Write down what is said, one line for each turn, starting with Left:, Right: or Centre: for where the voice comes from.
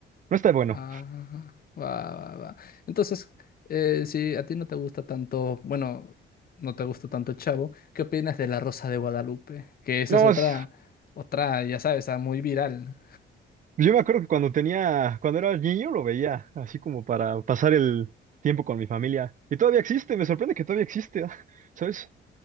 Right: no está bueno.
Left: Ah, va, va, va. Entonces, eh, si a ti no te gusta tanto, bueno, no te gusta tanto Chavo, ¿qué opinas de La Rosa de Guadalupe? Que esa
Right: No,
Left: es otra,
Right: es
Left: otra, ya sabes, ah, muy viral.
Right: Yo me acuerdo que cuando tenía, cuando era niño lo veía, así como para pasar el tiempo con mi familia. Y todavía existe, me sorprende que todavía existe, <laughs> ¿sabes?